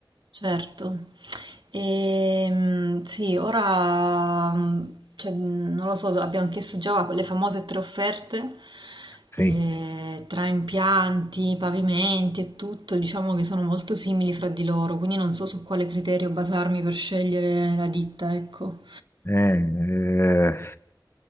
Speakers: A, on the right (about 80°); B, on the left (about 30°).
A: Certo. Ehm, sì, ora mm, cioè, non lo so, abbiamo chiesto già le famose tre offerte
B: Sì.
A: Sì. eh, tra impianti, pavimenti e tutto, diciamo che sono molto simili fra di loro, quindi non so su quale criterio basarmi per scegliere la ditta, ecco.
B: Eh, eh.